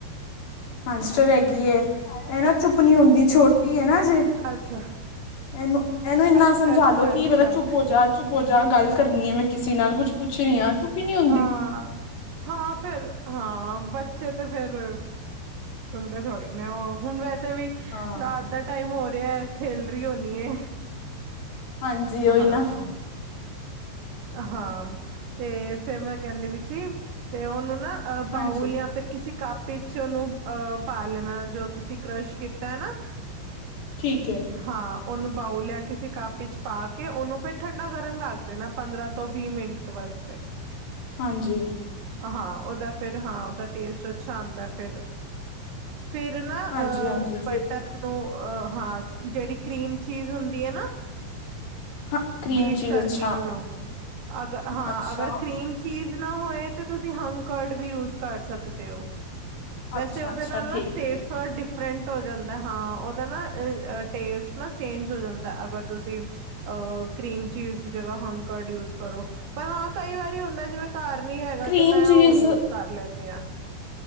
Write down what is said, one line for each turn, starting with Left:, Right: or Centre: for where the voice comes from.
Left: ਹਾਂਸਟਰ ਹੈਗੀ, ਇਹਨਾਂ ਚੁੱਪ ਨੀ, ਹੁੰਦੀ ਛੋਟੀ ਹੈ, ਨਾ। ਜੇ
Right: ਅੱਛਾ।
Left: ਇਹਨੂੰ, ਇਹਨੂੰ ਇੰਨਾ
Right: ਅੱਛਾ
Left: ਸਮਝਾਲ
Right: ਅੱਛਾ
Left: ਲੋ ਕਿ
Right: ਅੱਛਾ
Left: ਪਤਾ ਚੁੱਪ ਹੋ ਜਾ, ਚੁੱਪ ਹੋ ਜਾ ਗੱਲ ਕਰਨੀ ਹੈ ਮੈਂ ਕਿਸੇ ਨਾਲ ਕੁੱਛ, ਪੁੱਛ ਰਹੀ ਹਾਂ, ਚੁੱਪੀ ਨੀ ਹੁੰਦੀ।
Right: ਹਾਂ ਹਾਂ, ਫੇਰ ਹਾਂ, ਬੱਚੇ ਤੇ ਫੇਰ ਸੁਣਦੇ ਥੋੜੀ ਨੇ, ਉਹ ਹੁਣ ਵੈਸੇ ਵੀ
Left: ਹਾਂ
Right: ਰਾਤ ਦਾ ਟਾਈਮ ਹੋ ਰਿਹਾ, ਖੇਲ ਰਹੀ ਹੋਨੀ ਏ।
Left: ਹਾਂਜੀ
Right: ਹਾਂ।
Left: ਉਹੀ ਨਾ
Right: ਹਾਂ, ਤੇ ਫੇਰ ਮੈਂ ਕਹਿੰਦੀ, ਵੀ ਸੀ, ਤੇ ਉਹਨੂੰ ਨਾ ਅ, ਬਾਯੁਲ
Left: ਹਾਂਜੀ
Right: ਯਾ। ਫਿਰ ਕਿਸੇ ਕੱਪ ਵਿੱਚ, ਉਹਨੂੰ ਅ ਪਾ ਲੈਣਾ ਜੋ ਤੁਸੀਂ ਕਰਸ਼ ਕੀਤਾ ਹੈ ਨਾ
Left: ਠੀਕ ਹੈ।
Right: ਹਾਂ ਉਹਨੂੰ ਬਾਊ ਲਿਆ ਕਿਸੇ ਕੱਪ ਵਿੱਚ ਪਾ ਕੇ, ਉਹਨੂੰ ਫਿਰ ਠੰਡਾ-ਕਰਨ ਰਖ ਦੇਣਾ ਪੰਦਰਾਂ ਤੋਂ ਵੀਹ ਮਿੰਟ ਵਾਸਤੇ।
Left: ਹਾਂਜੀ।
Right: ਹਾਂ, ਉਹਦਾ ਫਿਰ ਹਾਂ, ਉਹਦਾ ਟੇਸਟ ਅੱਛਾ ਆਉਂਦਾ ਫਿਰ ਫਿਰ ਨਾ
Left: ਹਾਂਜੀ
Right: ਅ
Left: ਹਾਂਜੀ ਫਿਰ
Right: ਬਟਰ ਨੂੰ ਅ ਹਾਂ, ਜਿਹੜੀ ਕਰੀਮ ਚੀਜ਼ ਹੁੰਦੀ ਹੈ ਨਾ
Left: ਹਾਂ ਕਰੀਮ
Right: ਬੀਟ
Left: ਚੀਜ਼
Right: ਕਰਨੀ
Left: ਅੱਛਾ
Right: ਉਹਨੂੰ, ਅਗਰ ਹਾਂ
Left: ਅੱਛਾ
Right: ਅਗਰ ਕਰੀਮ ਚੀਜ਼ ਨਾ ਹੋਏ, ਤੇ ਤੁਸੀਂ ਹੰਗਕਡ ਵੀ ਯੂਜ ਕਰ ਸਕਦੇ ਹੋ। ਵੈਸੇ
Left: ਅੱਛਾ
Right: ਉਹਦੇ
Left: ਅੱਛਾ
Right: ਨਾਲ ਨਾ
Left: ਠੀਕ
Right: ਟੇਸਟ
Left: ਹੈ ਠੀਕ
Right: ਥੋੜਾ
Left: ਹੈ
Right: ਡਿਫਰੈਂਟ ਹੋ ਜਾਂਦਾ ਹਾਂ, ਉਹਦਾ ਨਾ ਟੇਸਟ ਨਾ ਚੇਂਜ ਹੋ ਜਾਂਦਾ, ਅਗਰ ਤੁਸੀਂ ਅਹ ਕਰੀਮ ਚ' ਦੀ ਜਗ੍ਹਾ, ਹੰਕਰਟ ਯੂਜ ਕਰੋ, ਪਰ ਹਾਂ ਕਈ ਵਾਰੀ ਹੁੰਦਾ ਜਿਵੇਂ ਘਰ ਨੀ ਹੈਗਾ,
Left: ਕਰੀਮ
Right: ਤੇ ਮੈਂ
Left: ਚੀਜ਼
Right: ਉਹ ਯੂਜ ਕਰ ਲੈਂਦੇ ਆ।